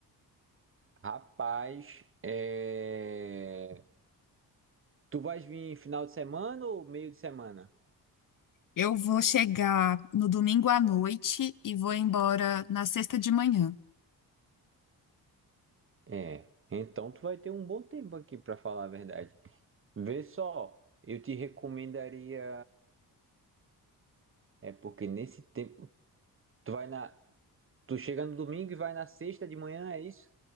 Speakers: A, on the right; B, on the left.
A: Rapaz, é... tu vais vir final de semana ou meio de semana?
B: Eu vou chegar no domingo à noite e vou embora na sexta de manhã.
A: É. Então, tu vai ter um bom tempo aqui, para falar a verdade. Vê só, eu te recomendaria. É porque nesse tempo. Tu vai na. Tu chega no domingo e vai na sexta de manhã, é isso?